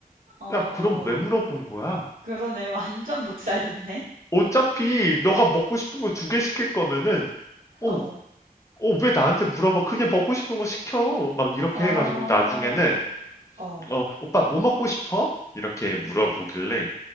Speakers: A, on the right (about 65°); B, on the left (about 20°).
A: 어, 어.
B: 야, 그럼 왜 물어본 거야?
A: 그러네. <laughs> 완전 묵살됐네.
B: 어차피 너가 먹고 싶은 거 두 개 시킬 거면은, 어,
A: 어.
B: 어, 왜 나한테 물어봐? 그냥 먹고 싶은 거 시켜. 막 이렇게
A: 아.
B: 해가지고 나중에는,
A: 어.
B: 어, 오빠 뭐 먹고 싶어? 이렇게 물어보길래,
A: 음.